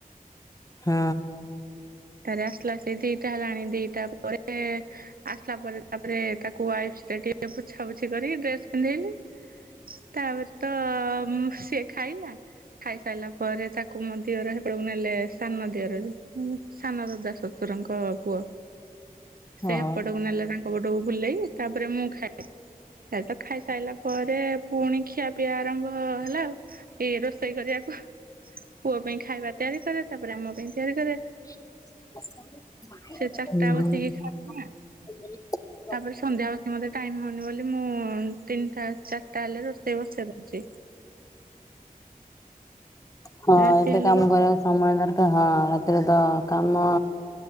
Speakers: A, on the left (about 20°); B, on the right (about 75°).
A: ହଁ।
B: ତାରେ ଆସିଲା ସେ ଦିଟା ହେଲାଣି ଦିଟା ପରେ ଆସିଲା ପରେ ତାପରେ ତାକୁ ୱାଇପ୍ସ ଟିକେ ପୋଛାପୁଛି କରି ଡ୍ରେସ ପିନ୍ଧେଇଲି। ତାପରେ ତ ଉମ୍ ସିଏ ଖାଇଲା। ଖାଇ ସାଇଲା ପରେ ତାକୁ ମୋ ଦିଅର ସେପଟକୁ ନେଲେ ସାନ ଦିଅର ଯୋଉ <unintelligible> ସାନ ଦାଦାଶଶୁରଙ୍କ ପୁଅ ସେ
A: ଓହୋ।
B: ହେପଟକୁ ନେଲେ ତା ହେପଟକୁ ବୁଲେଇ ତାପରେ ମୁଁ ଖାଏ। ସେ ତ ଖାଇସାଇଲା ପରେ ପୁଣି ଖିଆ ପିଆ ଆରମ୍ଭ ହେଲା ଆଉ। ଏଇ ରୋଷେଇ କରିବା ପୁହଃ ପୁଅ ପାଇଁ ଖାଇବା ତିଆରି କରେ। ତାପରେ ଆମ ପାଇଁ ତିଆରି କରେ।
A: ହୁଁ,
B: ସେ ଚାରିଟା
A: ହୁଁ,।
B: ବସିକି ଖାଉଛି ନା ତାପରେ ସନ୍ଧ୍ୟା ବତୀ ମୋତେ ଟାଇମ୍ ହଉନି ବୋଲି ମୁଁ ତିନିଟା ଚାରଟା ହେଲେ ରୋଷେଇ ବସେଇ ଦଉଛି।
A: ହଁ
B: ରାତି
A: ଏତେ
B: ହେଲେ
A: କାମ
B: ବ
A: କରିବାକୁ ସମୟ ଦରକାର। ହଁ ରାତିରେ ତ କାମ